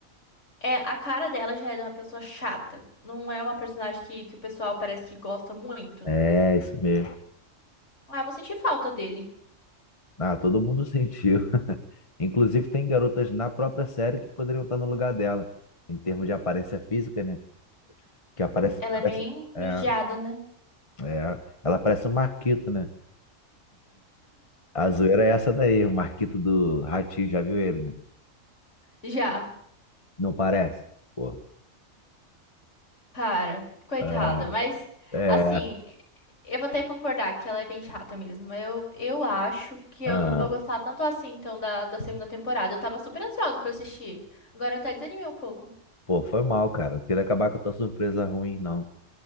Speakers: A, on the left; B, on the left.
A: É, a cara dela já é uma pessoa chata. Não é uma personagem que, que o pessoal parece que gosta muito.
B: É, isso mesmo.
A: Ah, eu vou sentir falta dele.
B: Ah, todo mundo <laughs> sentiu. Inclusive tem garotas na própria série que poderiam estar no lugar dela, em termos de aparência física, né? Que aparece,
A: Ela
B: parece,
A: é bem
B: é,
A: judiada, né?
B: é, ela parece um Marquito, né? A zoeira é essa daí, o Marquito do Ratinho, já viu ele, né?
A: Já.
B: Não parece? Pô.
A: Cara, coitada,
B: É,
A: mas
B: é.
A: assim, eu vou ter que concordar que ela é bem chata mesmo. Eu, eu acho que
B: ah.
A: eu não vou gostar tanto assim, então, da, da segunda temporada. Eu tava super ansiosa pra assistir. Agora eu até desanimei um pouco.
B: Pô, foi mal, cara. Não queria acabar com a tua surpresa ruim, não.